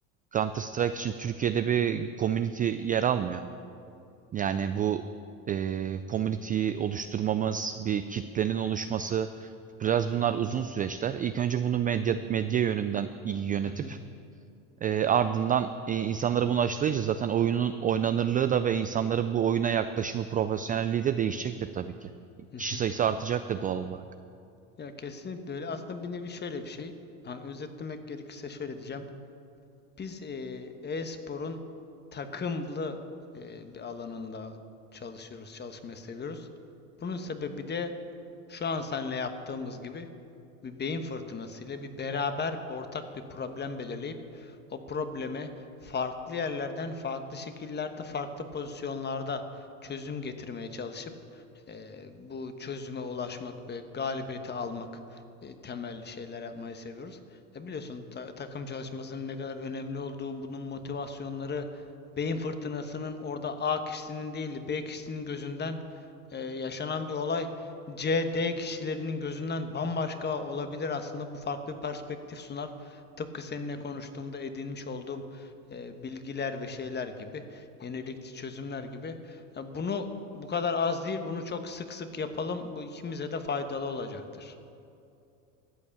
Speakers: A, on the right; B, on the left.
A: Counter Strike için Türkiye'de bir community yer almıyor. Yani bu e, community'yi oluşturmamız, bir kitlenin oluşması biraz bunlar uzun süreçler. İlk önce bunu medya medya yönünden iyi yönetip
B: Hı hı.
A: e, ardından e, insanları bunu aşılayınca zaten oyunun oynanırlığı da ve insanların bu oyuna yaklaşımı, profesyonelliği de değişecektir tabii ki.
B: Hı
A: Kişi
B: hı.
A: sayısı artacaktır doğal olarak.
B: Ya kesinlikle öyle. Aslında bir nevi şöyle bir şey. Hani özetlemek gerekirse şöyle diyeceğim. Biz eee, e-sporun takımlı eee, bir alanında çalışıyoruz, çalışmayı seviyoruz. Bunun sebebi de şu an seninle yaptığımız gibi bir beyin fırtınası ile bir beraber ortak bir problem belirleyip o probleme farklı yerlerden, farklı şekillerde, farklı pozisyonlarda çözüm getirmeye çalışıp eee, bu çözüme ulaşmak ve galibiyeti almak e, temelli şeyler yapmayı seviyoruz. E biliyorsun ta- takım çalışmasının ne kadar önemli olduğu, bunun motivasyonları beyin fırtınasının orada A kişisinin değil de B kişisinin gözünden e, yaşanan bir olay C, D kişilerinin gözünden bambaşka olabilir aslında. Bu farklı bir perspektif sunar. Tıpkı seninle konuştuğumda edinmiş olduğum e, bilgiler ve şeyler gibi, yenilikçi çözümler gibi. E, bunu bu kadar az değil, bunu çok sık sık yapalım. Bu ikimize de faydalı olacaktır.